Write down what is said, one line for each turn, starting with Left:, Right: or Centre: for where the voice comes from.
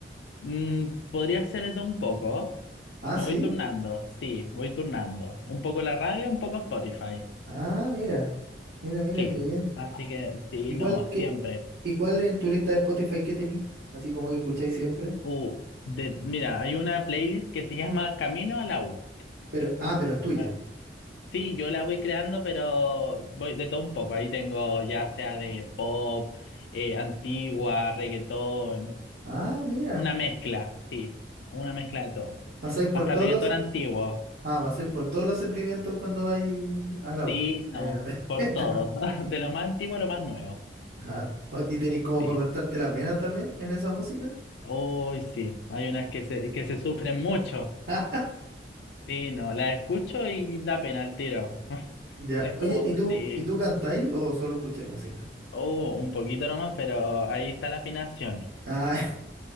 Left: Mm, podría ser de todo un poco.
Right: Ah,
Left: Me
Right: sí.
Left: voy turnando, sí, voy turnando. Un poco la radio, un poco Spotify.
Right: Ah, mira, mira, mira,
Left: Sí,
Right: qué bien.
Left: así que sí,
Right: ¿Y
Left: no,
Right: cuál,
Left: siempre.
Right: qué, y cuál en tu lista de Spotify que tenéis? Así como que escucháis siempre.
Left: Uh, de, mira, hay una playlist que se llama Camino a la U.
Right: Pero, ah, pero es tuya.
Left: Ah, Sí, yo la voy creando, pero voy de todo un poco. Ahí tengo ya sea de pop, eh, antigua, reggaetón,
Right: Ah, mira.
Left: una mezcla, sí, una mezcla de todo.
Right: Pasáis por
Left: Hasta
Right: todos
Left: reggaetón
Right: los,
Left: antiguo,
Right: ah, pasáis por todos los sentimientos cuando vais a la
Left: sí,
Right: U. <laughs>
Left: no,
Right: En el metro.
Left: por todo.
Right: <laughs>
Left: <laughs> De lo más antiguo a lo más nuevo,
Right: Ah, o- ¿y tenéis como
Left: sí.
Right: para cortarte las venas también en esa música?
Left: Uy, sí, hay unas que se, que se sufren mucho.
Right: <laughs>
Left: Sí, no, las escucho y da pena el tiro. <laughs>
Right: ya.
Left: Es
Right: Oye,
Left: como,
Right: ¿y tú,
Left: sí,
Right: y tú cantáis o solo escucháis música?
Left: oh, un poquito nomás, pero ahí está la afinación.
Right: Ah, <laughs>